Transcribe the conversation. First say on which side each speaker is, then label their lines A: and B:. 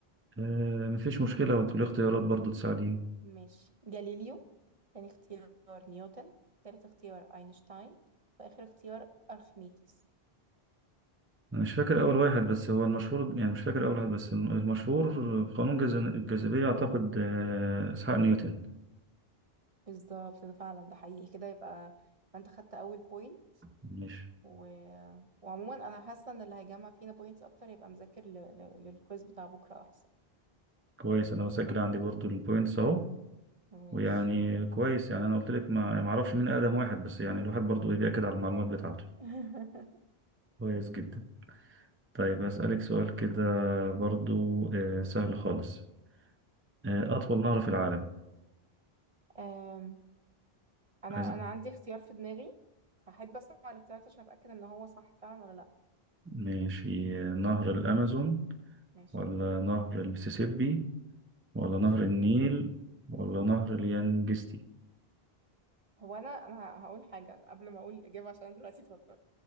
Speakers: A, on the right; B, on the right.
A: آه، مفيش مشكلة وتقولي اختيارات برضو تساعديني
B: ماشي جاليليو تاني اختيار نيوتن تالت اختيار اينشتاين واخر اختيار ارخميدس
A: أنا مش فاكر أول واحد بس هو المشهور يعني مش فاكر أول واحد بس الم- المشهور
B: مم.
A: في قانون جاذ- الجاذبية أعتقد آه، إسحاق نيوتن
B: بالظبط ده فعلا ده حقيقي كده يبقى انت خدت اول بوينت
A: مش
B: و... وعموما انا حاسه ان اللي هيجمع فينا بوينتس اكتر يبقى مذاكر ل... ل... للكويز بتاع بكره احسن
A: كويس أنا بسجل عندي برضو البوينتس أهو
B: ماشي
A: ويعني كويس يعني أنا قلت لك ما يعني ما أعرفش مين أقدم واحد بس يعني الواحد برضو إيه بيأكد على المعلومات بتاعته
B: <laughs>
A: كويس جدا طيب هسألك سؤال كده برضو آه، سهل خالص آه، أطول نهر في العالم
B: أم... انا
A: عايز
B: انا عندي اختيار في دماغي فاحب اسمع الاختيارات عشان اتاكد ان هو صح فعلا ولا لا
A: ماشي آه، نهر الأمازون
B: ماشي
A: ولا نهر المسيسيبي ولا
B: ماشي
A: نهر النيل ولا نهر اليانجستي
B: هو انا انا هقول حاجه قبل ما اقول الاجابه عشان انا دلوقتي اتوترت